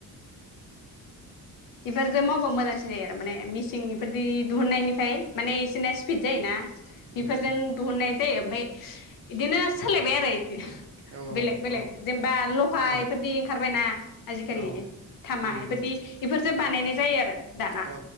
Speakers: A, on the left; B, on the right.
A: इफोरजों मावबा मोजांसिन जायो आरो माने मिसिं बेफोरदि दिहुननायनिफ्राय माने इसोरना स्पिद जायो ना।
B: औ उम
A: बेफोरजों
B: उम
A: दोहुननाय दे ओमफ्राय बिदिनो सोलायबाय आरोदि
B: औ
A: बेलेग बेलेग जेनेबा लहाय
B: औ
A: इफोरदि ओंखारबायना आजिखालि
B: औ
A: थामा
B: उम
A: इफोरदि
B: उम
A: बेफोरजों बानायनाय जायो आरो दाना
B: औ